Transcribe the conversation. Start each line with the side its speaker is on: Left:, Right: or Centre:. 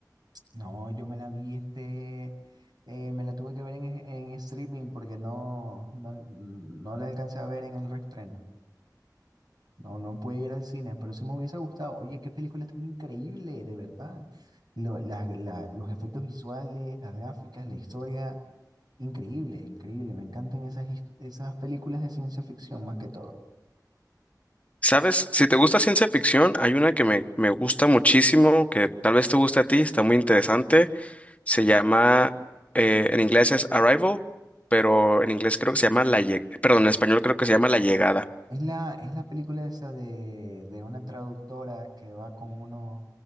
Right: No, yo me la vi, este, eh, me la tuve que ver en, en streaming porque no, no, no la alcancé a ver en el reestreno. No, no pude ir al cine, pero sí me hubiese gustado. Oye, qué película tan increíble, de verdad. Lo- la- la- los efectos visuales, las gráficas, la historia. Increíble, increíble. Me encantan esas, his- esas películas de ciencia ficción más que todo.
Left: ¿Sabes? Si te gusta ciencia ficción, hay una que me, me gusta muchísimo, que tal vez te guste a ti, está muy interesante. Se llama, eh, en inglés es Arrival, pero en inglés creo que se llama La Llegada, perdón, en español creo que se llama La Llegada.
Right: Es la, es la película esa de, de una traductora que va con unos,